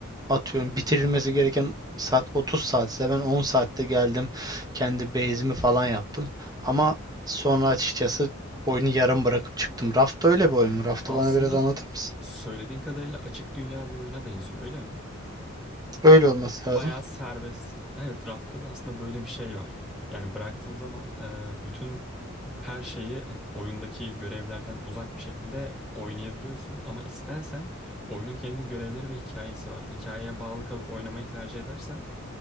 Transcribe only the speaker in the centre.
Aslında
söylediğin kadarıyla açık dünya bir oyuna benziyor öyle mi?
Bayağı
serbestsin. Evet, rafta da aslında böyle bir şey var. Yani bıraktığın zaman e, bütün her şeyi hani oyundaki görevlerden uzak bir şekilde oynayabiliyorsun. Ama istersen oyunun kendi görevleri ve hikayesi var. Hikayeye bağlı kalıp oynamayı tercih edersen